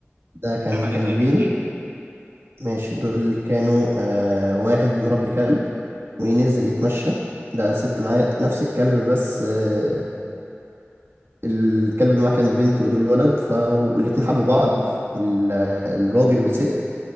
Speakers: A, on the right (about 65°); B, on the right (about 80°).
A: ده
B: بيتكلم
A: كان
B: عن
A: كلبين
B: ايه طيب احكي لي
A: ماشي دول كانوا آه واحد مربي كلب وينزل يتمشى لقى ست معاه نفس الكلب بس آه الكلب اللي معاه كان بنت ودول ولد فهو والاتنين حبوا بعض ال- آه، الراجل والست